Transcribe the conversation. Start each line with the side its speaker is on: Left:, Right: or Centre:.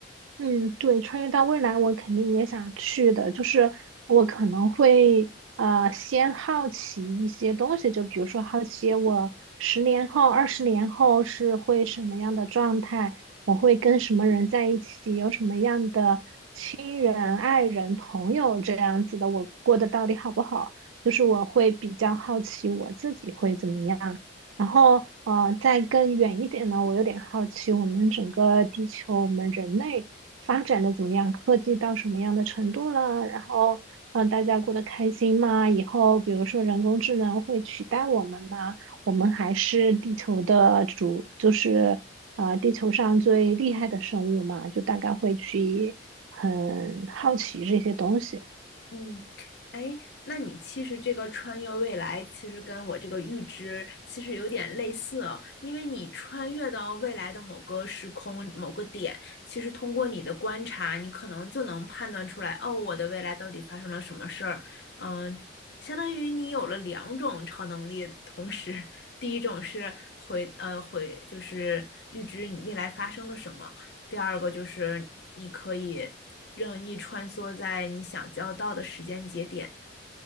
Right: 嗯，对，穿越到未来我肯定也想去的，就是我可能会呃先好奇一些东西，就比如说好奇我十年后、二十年后是会什么样的状态，我会跟什么人在一起，有什么样的亲人、爱人、朋友这样子的，我过得到底好不好？就是我会比较好奇我自己会怎么样。然后，呃，再更远一点呢，我有点好奇，我们整个地球，我们人类发展的怎么样？科技到什么样的程度了？然后，呃，大家过得开心吗？以后，比如说人工智能会取代我们吗？我们还是地球的主，就是呃，地球上最厉害的生物嘛，就大概会去很好奇这些东西。
Left: 嗯，哎，那你其实这个穿越未来，其实跟我这个预知其实有点类似哦，因为你穿越到未来的某个时空、某个点，其实通过你的观察，你可能就能判断出来，哦，我的未来到底发生了什么事儿。嗯，相当于你有了两种超能力，同时，第一种是回呃回就是预知你未来发生了什么，第二个就是你可以。任意穿梭在你想交到的时间节点。